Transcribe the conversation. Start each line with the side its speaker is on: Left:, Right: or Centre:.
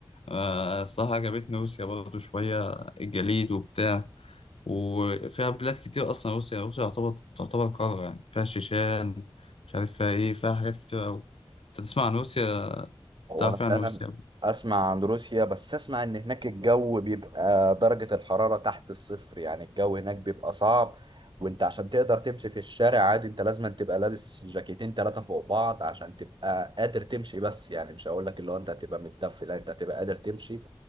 Left: آه، الصراحه عجبتني روسيا برضه شويه الجليد وبتاع وفيها بلاد كتير أصلا روسيا روسيا تعتبر تعتبر قارة يعني فيها الشيشان مش عارف فيها إيه فيها حاجات كتير أوي أنت تسمع عن روسيا
Right: هو
Left: تعرف
Right: انا
Left: يعني
Right: فعلا
Left: عن روسيا
Right: اسمع عن روسيا بس اسمع ان هناك الجو بيبقى درجة الحرارة تحت الصفر يعني الجو هناك بيبقى صعب وانت عشان تقدر تمشي في الشارع عادي انت لازم تبقى لابس جاكيتين ثلاثة فوق بعض عشان تبقى قادر تمشي بس يعني مش هقول لك اللي هو انت هتبقى متدفي لا انت هتبقى قادر تمشي